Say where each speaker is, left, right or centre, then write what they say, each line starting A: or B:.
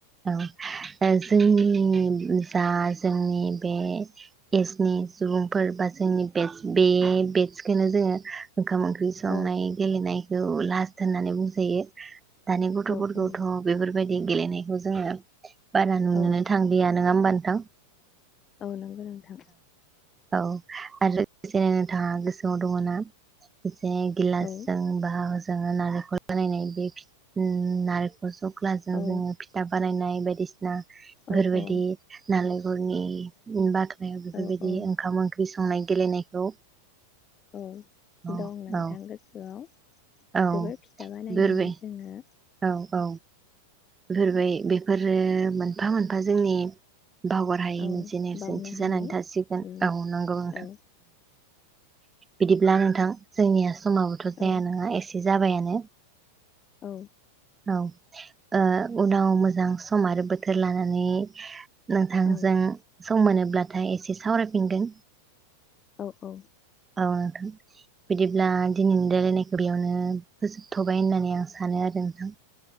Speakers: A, on the right (about 15°); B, on the left (about 25°).
A: औ जोंनि जा जोंनि बे एसनि सुबुंफोर बा जोंनि बेटस बे बेटसखोनो जोङो ओंखाम ओंख्रि संनाय
B: औ
A: गेलेनाय औ लास्त होननानै बुंजायो दानि गथफोरखौथ
B: औ
A: बेफोरबायदि गेलेनाय <unintelligible> बारा नुनोनो
B: औ
A: थांलिया नङा होमबानो <unintelligible>
B: औ नंगौ नोंथां
A: औ आरो लोगोसे नोंथाङा गोसोआव दङ ना से गिलासजों
B: औ
A: <unintelligible> जोङो नारेंखल बानायनाय बे फिथ अर सख्लाजों
B: औ
A: जोङो। बानायनाय बायदिसि बेफोरबायदि
B: औ
A: नालेंखरनि बाख्लानायाव बेफोरबायदि
B: औ औ
A: ओंखाम ओंख्रि संना संनाय गेलेनायखौ
B: औ
A: औ
B: दं नोंथां
A: औ
B: गोसोआव
A: औ
B: जोबोर फिथा बानायोमोन
A: बेफोरबाय
B: जोङो
A: औ औ बेफोरबाय बेफोरो मोनफा मोनफा जोंनि बावगार हायै
B: औ
A: मोनसे नेरसोनथि
B: बावनो हायै
A: जानानै थासिगोन
B: उम
A: औ नंगौ नोंथां
B: औ
A: बिदिब्ला नोंथां जोंनिया समाबोथ' जाया
B: औ
A: नङा एसे जाबायानो
B: औ
A: औ ओ उनाव मोजां सम आरो बोथोर लानानै नोंथांजों
B: औ
A: सम‌ मोनोब्लाथाय इसे सावरायफिनगोन
B: औ औ
A: औ नोंथां बिदिब्ला दिनैनि रायलायनायखौ बेयावनो फोजोबथ'बाय होननानै आं सानो आरो नोंथां